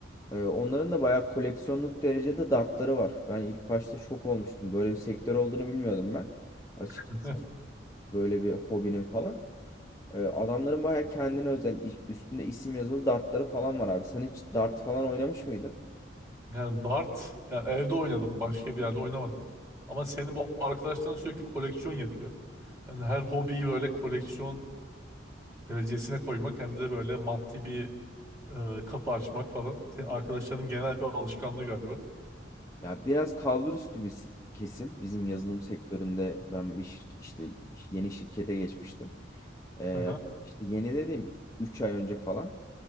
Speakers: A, on the left; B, on the right.
A: E, onların da bayağı koleksiyonluk derecede dartları var. Ben ilk başta şok olmuştum. Böyle bir sektör olduğunu bilmiyordum ben. Açıkçası
B: <laughs>
A: böyle bir hobinin falan. E, adamların bayağı kendine özel iş- üstünde isim yazılı dartları falan var abi. Sen hiç dart falan oynamış mıydın?
B: Yani dart yani evde oynadım. Başka bir yerde oynamadım. Ama senin bu arkadaşların sürekli koleksiyon yapıyor. Yani her hobiyi böyle koleksiyon derecesine koymak hem de böyle maddi bir e, kapı açmak falan. Senin arkadaşlarının genel bir alışkanlığı galiba.
A: Ya biraz kalbur üstü bir s- kesim. Bizim yazılım sektöründe ben bir şirk- işte yeni şirkete geçmiştim. Ee,
B: Hı hı
A: işte yeni dedim 3 ay önce falan.